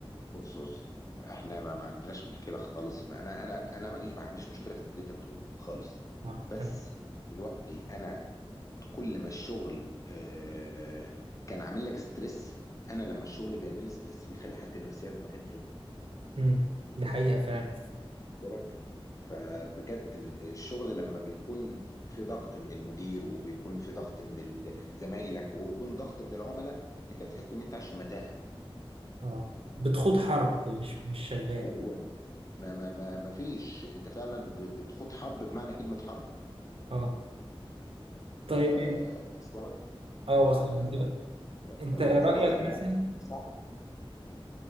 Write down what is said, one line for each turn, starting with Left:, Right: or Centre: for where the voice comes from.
Left: بص بص احنا ما ما عندناش مشكله خالص ما انا انا انا ماليش ما عنديش مشكله في اللي انت بتقوله خالص
Right: اه
Left: بس
Right: تمام
Left: دلوقتي انا كل ما الشغل آه، كان عامل لك ستريس انا لما الشغل بيعمل لي ستريس بيخلي حالتي النفسيه في مكان تاني
Right: مم. دي حقيقة فعلا
Left: واخد بالك فبجد ال- الشغل لما بيكون في ضغط من المدير وبيكون في ضغط من ال- زمايلك ويكون ضغط من العملاء انت بتحس ان انت عايش في متاهه
Right: اه بتخوض حرب مش مش شغال
Left: ايوه ما ما ما ما فيش انت فعلا ب- بتخوض حرب بمعنى كلمه حرب
Right: اه طيب
Left: آه وصل لك
Right: اه وصل
Left: آه
Right: دي بقى. انت
Left: فالوضع
Right: رأيك
Left: فعلا
Right: مثلا
Left: صعب